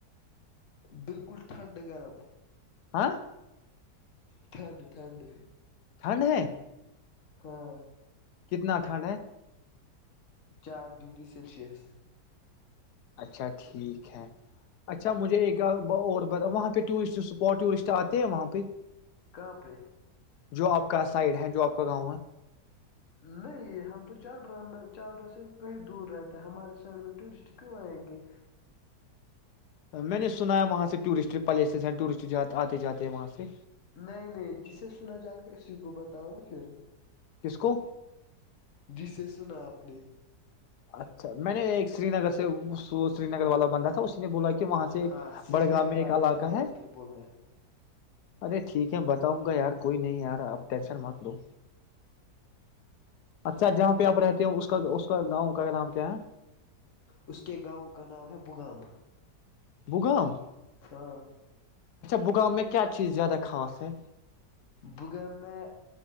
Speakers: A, on the left; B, on the left.
A: بالکل ٹھنڈا گرم
B: ہاں
A: ٹھنڈ ٹھنڈ
B: ٹھنڈ ہے
A: ہاں
B: کتنا ا کھنڈ ہے
A: چار ڈگری سلشس
B: اچھا ٹھیک ہے اچھا مجھے ایک اور ب وہاں پہ ٹورسٹ اسپاٹ ٹورسٹ آتے ہیں وہاں پہ
A: کہاں پہ
B: جو آپ کا سائڈ ہے جو آپ کا گاؤں ہے
A: نہیں ہم تو چالرا میں چاررا سے کہیں دور رہتا ہے ہمارے سائڈ میں ٹورسٹ کیوں آئیں گے
B: میں نے سنا ہے وہاں سے ٹورسٹ پلیسس ہیں ٹورسٹ آتے جاتے ہیں وہاں سے
A: نہیں نہیں جسے سنا جا کے اسی کو بتاؤ نا پھر
B: کس کو
A: جس سےے سنا آپ اگلے
B: اچھا میں نے ایک سری نگر سے سری نگر والا بندہ تھا اسی نے بولا کہ وہاں سے ایک
A: ہاں سری
B: بڑگاہ
A: نگر
B: میں
A: والے
B: ایک علاقہ
A: بندے
B: ہے
A: کو پھر بولنا ہے
B: ارے ٹھیک ہے ھ بتاؤں گا یار کوئی نہیں یار آپ ٹینشن مت دوو اچھا جہاں پہ آپ رہتے ہیں اس کا اس کا گاؤں کا نام کیا ہے
A: اس کے گاؤں کا نام ہے بغام
B: بگام
A: ہاں
B: بغام میں کیا چیز زیادہ خھاس ہے
A: ب گ میں